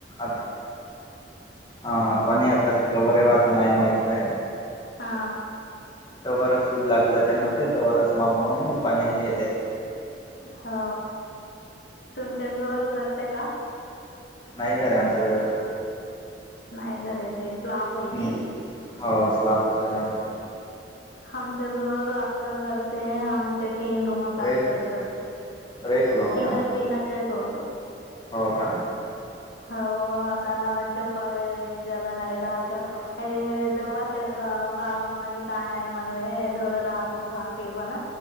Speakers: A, on the left; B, on the left.
A: आता ह पण आता ते कवर आहे, वा आता नाही माहत आहे.
B: हा
A: तवरस उूप लागलच्यानवते तवरच मा पाणी येते.
B: हो तुमच्या घर गरते का
A: नईगर अंतदवर
B: नाही करे ते स्लाप होय
A: हम्म
B: की
A: हो ला कस आहे आमचा
B: आमच घर अक्कं घरते आमचे तीन रूम काय
A: रेक
B: करत
A: रेकुल हो
B: तीना
A: का
B: तीनाचेच होतो.
A: हो का.
B: हो आता जपाळ जग नाही राहा तर हेे दवाचरग कालम मध्ये काय नाही म्हनवे धोडं राहतो अखे पण